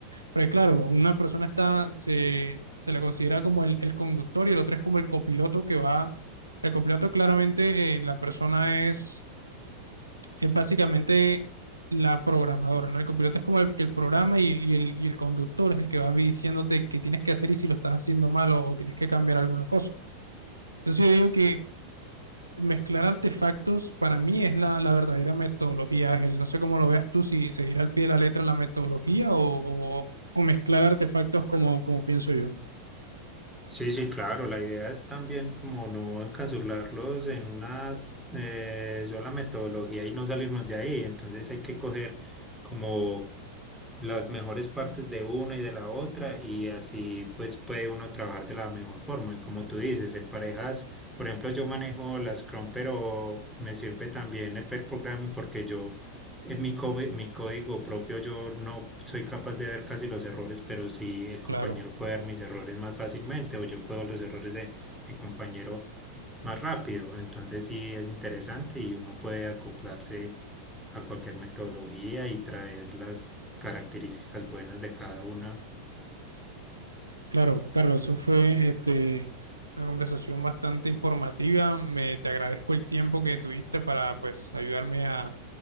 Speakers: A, on the right; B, in the centre.
A: Porque claro, una persona está, se, se la considera como el, el conductor y el otro es como el copiloto que va. El copiloto claramente, eh, la persona es es básicamente la programadora, ¿no? El copiloto es como el que el programa y, el- y el, y el conductor es el que va diciéndote qué tienes que hacer y si lo estás haciendo mal o, o tienes que cambiar alguna cosa. Entonces yo digo que mezclar artefactos para mí es la, la verdadera metodología, Ángel. No sé cómo lo veas tú, si seguir al pie de la letra la metodología o, o- o mezclar artefactos como, como pienso yo.
B: Sí, sí, claro, la idea es también como no encasurlarlos en una eh, sola metodología y no salirnos de ahí. Entonces hay que coger como las mejores partes de una y de la otra y así pues puede uno trabajar de la mejor forma. Y como tú dices, en parejas, por ejemplo, yo manejo la Scrum, pero me sirve también el pair programming porque yo en mi, co- mi código propio yo no soy capaz de ver casi los errores, pero sí el compañero
A: Claro,
B: puede ver mis errores más fácilmente o yo puedo ver los errores de mi compañero más rápido. Entonces sí es interesante y uno puede acoplarse a cualquier metodología y traer las características buenas de cada una.
A: claro, Carlos, eso fue este, una conversación bastante informativa. Me, te agradezco el tiempo que tuviste para pues ayudarme a